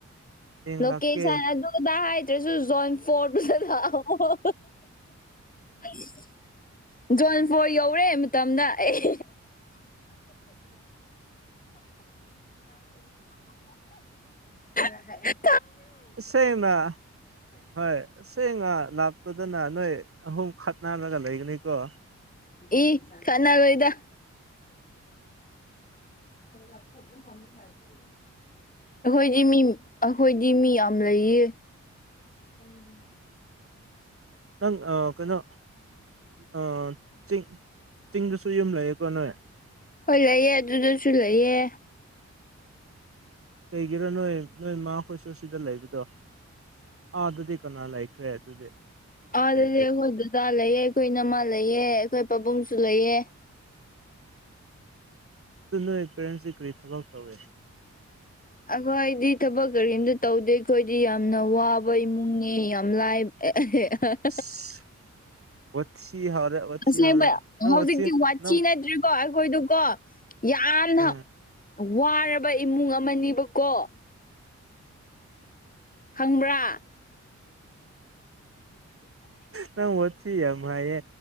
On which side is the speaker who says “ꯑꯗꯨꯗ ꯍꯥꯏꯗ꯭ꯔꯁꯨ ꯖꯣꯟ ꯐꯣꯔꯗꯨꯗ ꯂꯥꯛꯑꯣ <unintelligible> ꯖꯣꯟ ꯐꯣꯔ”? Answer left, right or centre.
Left